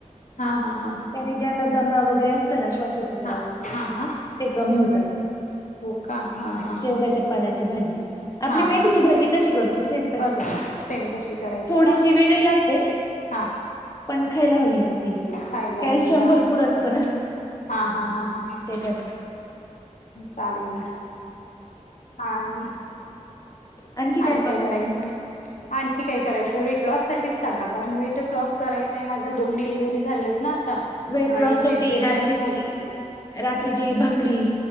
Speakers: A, on the left (about 75°); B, on the left (about 25°).
A: हा हा हा हा
B: ज्यांने ज्यांना दमा वगैरे असत ना श्वासाचे त्रास
A: हा हा हा हा
B: ते कमी होतात.
A: हो का हा हा
B: शेवग्याच्या
A: हा हा.
B: पालाची भाजी आपली
A: हा
B: मेथीची
A: हा हा
B: भाजी कशी करतो. सेम तशी
A: करते
B: करायची.
A: सेम तशी करायची
B: थोडीशी
A: का
B: वेगळी लागते
A: हा
B: पण खायला हवी ती.
A: खायला
B: कॅल्शियम
A: हवी हा
B: भरपूर असतं ना.
A: हा हा हा हा हा.
B: त्याच्यात
A: चालेल ना. आणि
B: आणखी
A: आणि काय
B: बघा
A: करायचं.
B: म्हणता
A: आणखी काय करायचं. वेट लॉस साठीच सांगा कारण वेटच लॉस करायचंय. माझं दोन डिलिव्हरी झालेत ना. आता
B: वेट
A: आणि
B: लॉस
A: सिझरियन
B: साठी रात्रीची
A: झालेत.
B: रात्रीची भाकरी,